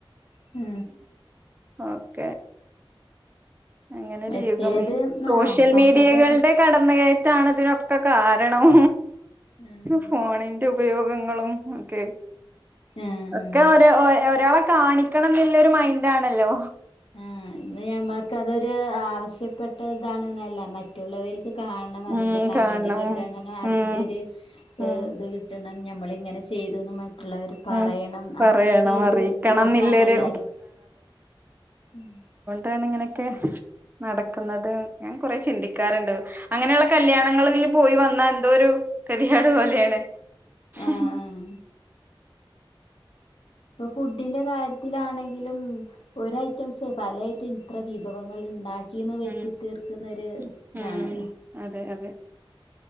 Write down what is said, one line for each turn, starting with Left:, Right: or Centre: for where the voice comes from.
Left: ഹ്
Right: ഓക്കേ അങ്ങനെരു
Left: മറ്റേത്
Right: യുഗംമേ സോഷ്യൽ
Left: ആഹ് പണ്ടത്തൊക്കെ
Right: മീഡിയകളുടെ കടന്ന് കയട്ട ണൊക്കെ കാരണം
Left: ആഹ്
Right: ഫോണിന്റെ ഉപയോഗങ്ങളും ഒക്കെ
Left: ആഹ്
Right: ഒക്കെ ഒരാള കാണിക്കണം ന്നുല്ലോരു മൈന്റാണല്ലോ
Left: ആ ഇന്ന് ഞമ്മൾക്ക് അതൊരു ആവശ്യപ്പെട്ട ഇതാണ്ന്നല്ല മറ്റുള്ളവര് ക്ക് കാൺണം അതിന്റെ
Right: ഉം
Left: കമന്റ്
Right: കാണണം
Left: കിട്ടണംന്നോ അതിന്റൊരു
Right: ഉം ഉം
Left: ഇത് കിട്ടണം ഞമ്മളെ ഇങ്ങനെ ചെയ്തുന്ന് മറ്റുള്ളവര് പറയണം
Right: ഉം പറയണം
Left: അങ്ങനെയൊക്കെള്ളരു
Right: അറിയിക്കണംന്നില്ലൊരു
Left: തൊട്ടാണല്ലാരും ഉം
Right: ന്താണ് ഇങ്ങനോക്കെ നടക്കുന്നത് ഞ കുറെ ചിന്തിക്കാറ്ണ്ട് അങ്ങനെയുള്ള കല്യാണങ്ങളിൽ പോയി വന്ന ന്തൊരു കതിയെട് പോലെണ്
Left: ആഹ്
Right: ഇഹും
Left: ആഹ് ഇപ്പൊ ഫുഡിന്റെ കാര്യത്തിലാണെങ്കിലും ഒര് ഐറ്റംസ് പലായിട്ടും ഇത്ര വിഭവങ്ങൾ ഇണ്ടാക്കി ക്കീന്ന്
Right: ഉം
Left: വരുത്തി തീർക്കുന്നൊരു
Right: ഉം
Left: ഇതാണല്ലോ
Right: ഉം അതെ അതെ